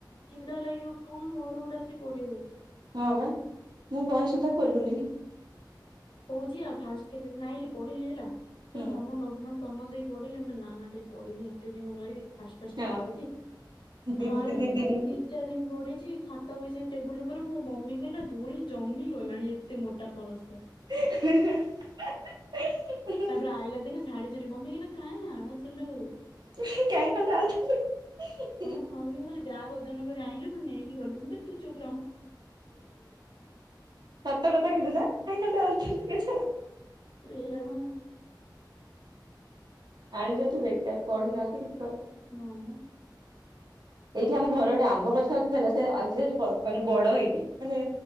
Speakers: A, on the left; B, on the right.
A: ଚିଡ ଲାଗିବ କଁ ଘରୁକୁ ଗୋଟେ ଆସିିକ ପଢିବୁ।
B: ହଁ ବା ମୁଁ ବହି ସୁଦ୍ଧା ଖୋଲୁନି।
A: କହୁଚି ଆ ଫାଷ୍ଟ କେତେଦିନ ଆଇିଲି ପଢିଲି ହେଲା ପୁରା
B: ହୁଁ
A: ମନ ଲଗ୍ନ ତନ ଦେଇ ପଢିଲି ମୁଁ କଇଲି ନା ନା ଟିକେ ପଢ଼ିଦିଏ ଏତେ ଦିନ ରହିବି ଫାଷ୍ଟ ଫାଷ୍ଟ
B: ହଁ
A: ପଢିଦିଏ
B: ଦିଦି
A: ଭାଇ
B: ଦି ଦିନି
A: ଦି ଚାରି ଦିନ ପଡିଛି ଖାତା ବହି ସେ ଟେବୁଲ ଉପରେ ମୋ ମମି କହିଲ ଧୂଳି ଜମି ଗଲାଣି। ଟି ମୋଟା ପର
B: <unintelligible>
A: ତାପରେ ଆଇଲା ଦିନ ଝାଡିଝଡି ମମି ହେଲା କାଇଁ ଆଣୁଚୁ ଲୋ।
B: କାଇଁ ଖାଲିଟାରେ ଆଣୁଚୁ ଲୋ
A: ହଁ କଇଲି ଖାଲି ବ୍ୟାଗ୍ ଓଜନ କରି ଆଣିଲୁ ପୁଣି ନେଇକି ଗଲୁ ମୁଁ କଇଲି ତୁ ଚୁପ ର ମ।
B: ସତ କଥା କିନ୍ତୁ ନା କାଇଁ ଖାଲି ଟା ଆଣୁଛନ୍ତି କେଜାଣି।
A: ସେଇଆ ବା।
B: ଆଣିଛନ୍ତି ବେକାର ପଢୁନାହାନ୍ତି କିଛି କରିନାହାନ୍ତି।
A: ହଁ ବା।
B: ଏଇଠି ଆମ ଘରେ ଗୋଟେ ଆମ୍ବ ଗଛ ଅଛି ହେଲା ସେ ଆଜି ସେ କମ୍ପାନୀ ବଡ ହେଇନି ମାନେ